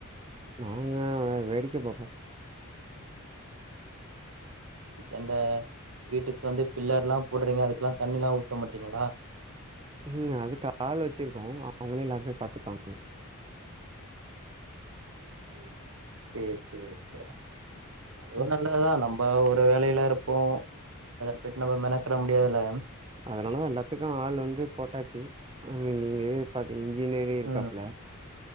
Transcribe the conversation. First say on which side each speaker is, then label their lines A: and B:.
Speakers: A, on the right (about 25°); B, on the right (about 65°).
A: நாங்க வேடிக்க பாப்போ
B: இன்னக்கி அந்த வீட்டுக்கு வந்து பில்லர்லா போடுறீங்க அதுக்குலா தண்ணிலா ஊத்த மாட்டீங்ளா
A: ம் அதுக்கு ஆள் வச்சிருக்கோ அவ்ங்களே எல்லாமே பாத்துப்பாங்க
B: ஓ சேரி சேரி சேர் அதுவு
A: ம்
B: நல்லதுதா நம் ம்ப ஒரு வேலைல இருப்போ அத போய்ட்டு நம்ம மெனக்கெட முடியாதுல
A: அதனாலதா எல்லாத்துக்கு ஆள் வந்து போட்டாச்சு அ நீங்களே அது இன்ஜினியரே இருக்காப்புல
B: ம்,